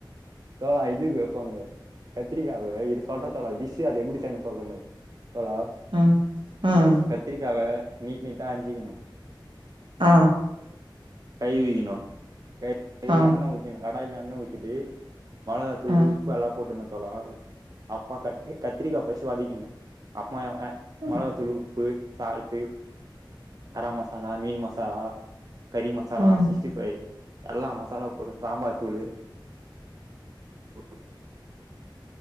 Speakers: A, on the right; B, on the right.
A: தோளா இதுக்கு வெப்பாங்களே கத்திரிக்காவ இரு சொல்ற தோளா டிஸ்ஸு அது எப்பிடி செய்யிணுனு சொல்ற பாரு தோளா
B: ம் ம்
A: கத்திரிக்காவ நீட்டு நீட்டா அஞ்சிக்கணு
B: ஆ
A: கழிவிக்கிணு கை கழிவி
B: ஆ
A: எண்ண ஊத்தினு கடாயில எண்ண ஊத்திட்டு. மொளகா தூளு
B: ஆ
A: உப்பு எல்லா போட்டு ந தோளா அப்ப கத்தி கத்திரிக்கா பஸ்டு வதக்கிடுனு அப்ப அ ஆ
B: ம்
A: மொளகா தூளு உ ப்பு சால்டு கர மசாலா மீன் மசாலா கரி மசாலா
B: ம்
A: சிக்ஸ்டிஃபைவ். எல்லா மசாலா போட்டு சாம்பார் தூளு <unintelligible>